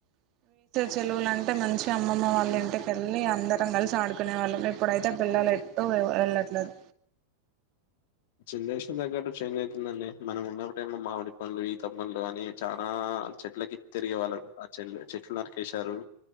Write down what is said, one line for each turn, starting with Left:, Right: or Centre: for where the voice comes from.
Right: చెలువులంటే మంచిగ అమ్మమ్మ వాళ్ళ ఇంటికెళ్ళి అందరం కలిసి ఆడుకునే వాళ్ళం ఇప్పుడైతే పిల్లలు ఎట్టు వెళ్ళట్లేదు
Left: జనరేషన్ తగ్గట్టు చేంజ్ అయితుందండి మనం ఉన్నప్పుడు ఏమో మామిడి పండ్లు ఈత పండ్లు అని చానా చెట్లకి తిరిగే వాళ్ళు అచెల్ చెట్లు నరికేశారు